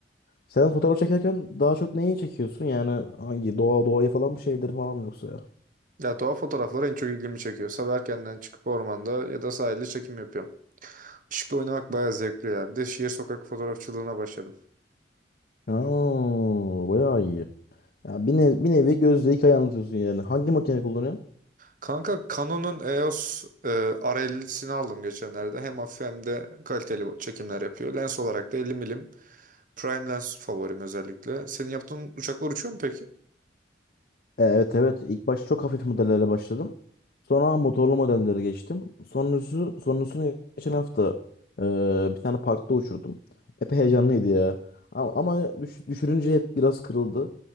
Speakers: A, on the left; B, on the right.
A: Sen fotoğraf çekerken daha çok neyi çekiyorsun? Yani hangi doğa doğaya falan mı şeyleri falan mı yoksa ya?
B: Ya doğa fotoğrafları en çok ilgimi çekiyor. Sabah erkenden çıkıp ormanda ya da sahilde çekim yapıyorum. Işıkla oynamak bayağı zevkli ya. Bir de şehir sokak fotoğrafçılığına başladım.
A: Aa, bayağı iyi. Ya bir, ne- bir nevi gözle hikaye anlatıyorsun yani. Hangi makine kullanıyorsun?
B: Kanka Canon'un EOS e, R50'sini aldım geçenlerde. Hem hafif hem de kaliteli çekimler yapıyor. Lens olarak da 50 milim prime lens favorim özellikle. Senin yaptığın uçaklar uçuyor mu peki?
A: E, Evet evet ilk başta çok hafif modellerle başladım. Sonra motorlu modellere geçtim. Sonrası, sonrasını geçen hafta e, bir tane parkta uçurdum. Epey heyecanlıydı ya. Ama, ama düş- düşürünce hep biraz kırıldı.